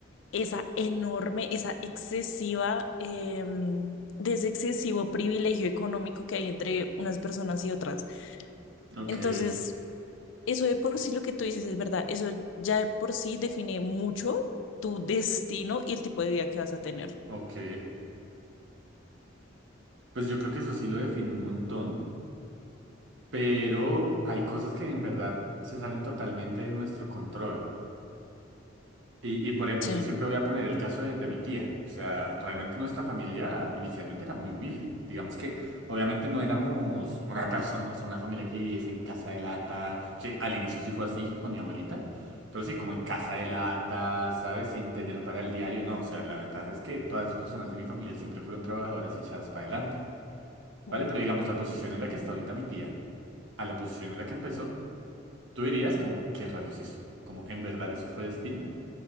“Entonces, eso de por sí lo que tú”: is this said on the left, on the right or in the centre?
Left